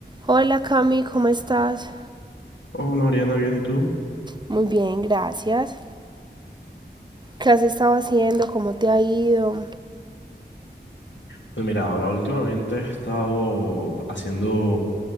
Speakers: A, on the right; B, on the left.
A: Hola Cami, ¿cómo estás?
B: Hola Mariana, ¿bien y tú?
A: Muy bien, gracias. ¿Qué has estado haciendo? ¿Cómo te ha ido?
B: Pues mira, ahora últimamente he estado haciendo,